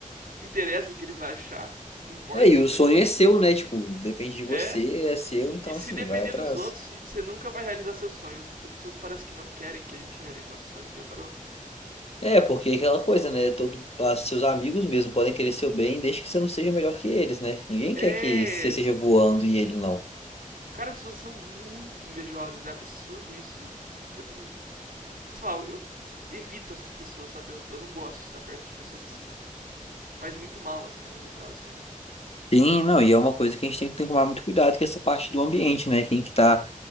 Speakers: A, on the right; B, on the left.
A: Interessa o que ele vai achar, não importa,
B: É, e
A: ele
B: o
A: não
B: sonho
A: é ninguém.
B: é seu, né? Tipo, depende de você,
A: É,
B: é seu, então
A: E se
B: assim,
A: depender
B: vai atrás.
A: dos outros, você nunca vai realizar seus sonhos. As pessoas parecem que não querem que a gente realize nossos sonhos, já parou?
B: É, porque é aquela coisa, né? Todo, as- seus amigos mesmo podem querer seu bem desde que você não seja melhor que eles, né? Ninguém
A: É.
B: quer que você seja voando e ele não.
A: Cara, as pessoas são muito invejosas, é absurdo isso. Eu tenho. Sei lá, eu evito essas pessoas, sabe? Eu, eu não gosto de estar perto de pessoas assim. Faz muito mal, assim, a longo prazo, sabe?
B: Sim, não, e é uma coisa que a gente tem que tomar muito cuidado, que é essa parte do ambiente, né? Quem que tá